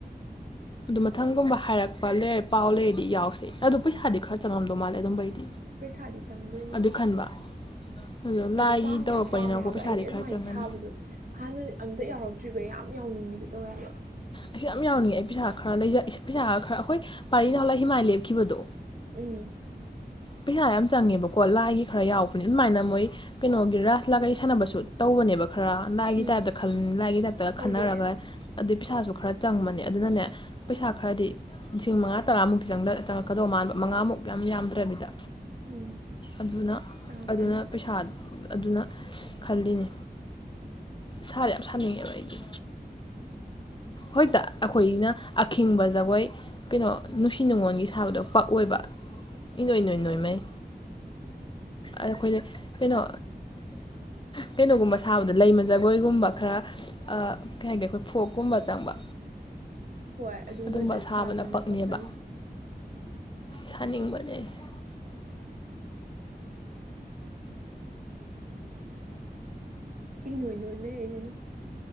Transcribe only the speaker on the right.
ꯄꯩꯁꯥꯗꯤ ꯆꯪꯗꯣꯏꯅꯦ
ꯑꯗꯨꯝ
ꯑꯗꯨ ꯄꯥꯝꯗꯤ
ꯌꯥꯝ ꯄꯥꯝꯃꯤ ꯍꯥꯏꯕ
ꯑꯩꯗꯤ ꯑꯗꯨꯃꯥꯏꯅ
ꯁꯥꯕꯗꯣ ꯍꯥꯟꯅ ꯑꯝꯇ ꯌꯥꯎꯔꯛꯇ꯭ꯔꯤꯕꯩ ꯌꯥꯝ ꯌꯥꯎꯅꯤꯡꯕꯤꯗꯨ ꯇꯧꯋꯦ ꯍꯥꯏꯕ
ꯎꯝ
ꯎꯝ
ꯇꯧꯗꯣꯏꯅꯦ
ꯎꯝ
ꯆꯪꯉꯛꯀꯅꯤ
ꯍꯣꯏ ꯑꯗꯨꯝꯕꯗ
ꯄꯛꯀꯅꯤ
ꯏꯅꫭꯏ ꯅꯣꯏꯃꯩ ꯍꯥꯏꯁꯤꯅꯦ